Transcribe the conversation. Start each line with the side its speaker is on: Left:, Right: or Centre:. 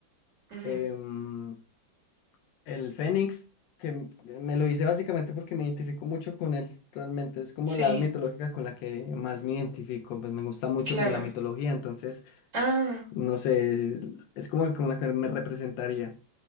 Right: Ujú.
Left: Em, el Fénix, que m- me lo hice básicamente porque me identifico mucho con él. Realmente es como
Right: Sí,
Left: la mitológica con la que más me identifico. Pues me gusta mucho
Right: claro.
Left: como la mitología. Entonces,
Right: Ah,
Left: no sé, es como con la que me representaría.